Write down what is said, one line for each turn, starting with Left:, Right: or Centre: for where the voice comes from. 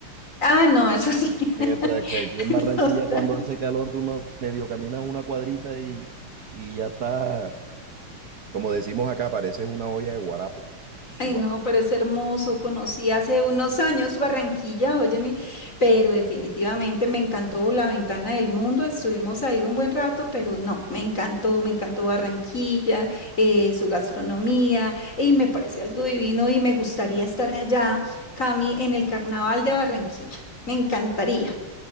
Left: Ah, no, eso sí.
Right: Mientras
Left: <laughs>
Right: que aquí en Barranquilla,
Left: No, está-
Right: cuando hace calor, tú no- medio caminas una cuadrita y, y ya está, como decimos acá, pareces una olla de guarapo. Sudado.
Left: Ay, no, pero es hermoso. Conocí hace unos años Barranquilla, óyeme, pero definitivamente me encantó La Ventana del Mundo. Estuvimos ahí un buen rato, pero no, me encantó, me encantó Barranquilla, eh, su gastronomía, y me parece algo divino y me gustaría estar allá, Cami, en el Carnaval de Barranquilla. Me encantaría,